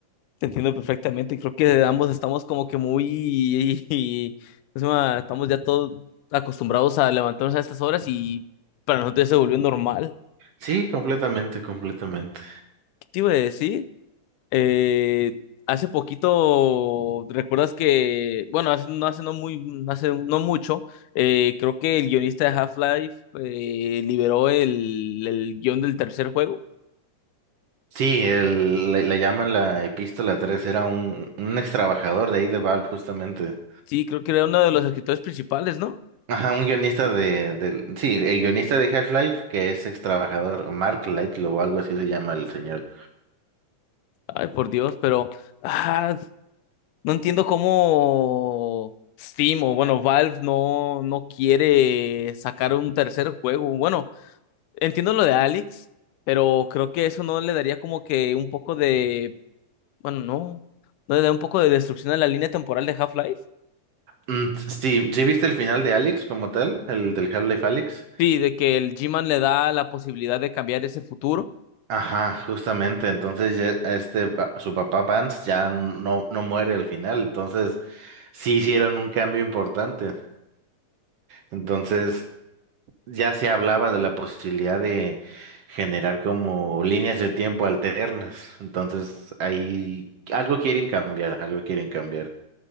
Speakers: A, on the left; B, on the right.
A: Te entiendo perfectamente. Creo que ambos estamos como que muy... <laughs> ¿cómo se llama? Estamos ya todos acostumbrados a levantarnos a estas horas y para nosotros ya se volvió normal.
B: Sí, completamente, completamente.
A: ¿Qué te iba a decir? Eh, hace poquito, ¿recuerdas que... Bueno, hace, no hace no muy... Hace no mucho, eh, creo que el guionista de Half-Life eh, liberó el, el guión del tercer juego.
B: Sí, el, le, le llaman la Epístola 3, era un, un ex trabajador de ahí de Valve justamente.
A: Sí, creo que era uno de los escritores principales, ¿no?
B: Ajá, un guionista de, del, sí, el guionista de Half-Life que es ex trabajador, Mark Lightlow o algo así se llama el señor.
A: Ay, por Dios, pero ah, no entiendo cómo Steam o bueno, Valve no, no quiere sacar un tercer juego. Bueno, entiendo lo de Alex, pero creo que eso no le daría como que un poco de, bueno, no, no le da un poco de destrucción a la línea temporal de Half-Life.
B: Mm, sí, ¿sí viste el final de Alex como tal? El del Half-Life Alyx.
A: Sí, de que el G-Man le da la posibilidad de cambiar ese futuro.
B: Ajá, justamente. Entonces, ya, este, pa- su papá Vance ya no, no muere al final. Entonces, sí hicieron un cambio importante. Entonces, ya se hablaba de la posibilidad de generar como líneas del tiempo alternas. Entonces, ahí algo quieren cambiar, algo quieren cambiar.